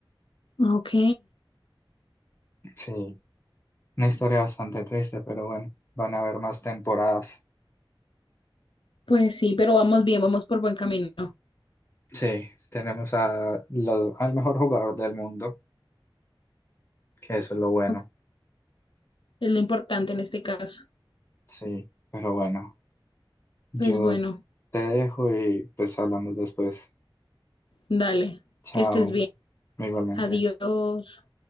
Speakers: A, on the left; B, on the left.
A: Ok,
B: Sí, una historia bastante triste, pero bueno, van a haber más temporadas.
A: pues sí, pero vamos bien, vamos por buen camino.
B: Sí, tenemos a lo- al mejor jugador del mundo, que eso es lo bueno.
A: Ok, es lo importante en este caso.
B: Sí, pero bueno. Yo
A: Pues bueno,
B: te dejo y pues hablamos después.
A: dale,
B: Chao,
A: que estés bien.
B: igualmente.
A: Adiós.